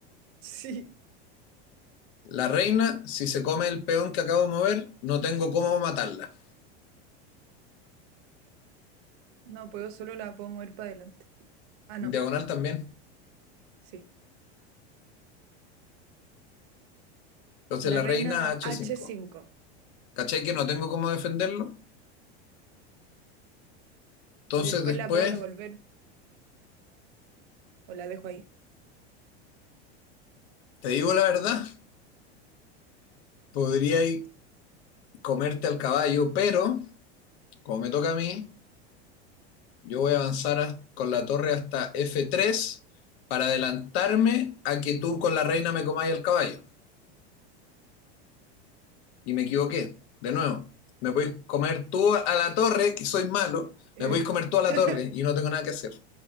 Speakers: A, on the right; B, on the left.
A: sí,
B: La reina, si se come el peón que acabo de mover, no tengo cómo matarla.
A: no puedo, solo la puedo mover para adelante. Ah, no,
B: En diagonal también.
A: sí.
B: Entonces
A: La
B: la reina
A: reina
B: a H5.
A: h cinco
B: ¿Cachai que no tengo cómo defenderlo? Entonces
A: Y después
B: después,
A: la puedo devolver o la dejo ahí.
B: te digo la verdad, podría ir comerte al caballo, pero como me toca a mí, Yo voy a avanzar has- con la torre hasta F3 para adelantarme a que tú con la reina me comáis el caballo. Y me equivoqué. De nuevo, me podéis comer tú a la torre, que soy malo.
A: Y
B: Me
A: de-
B: podéis comer tú a la
A: <laughs>
B: torre y no tengo nada que hacer.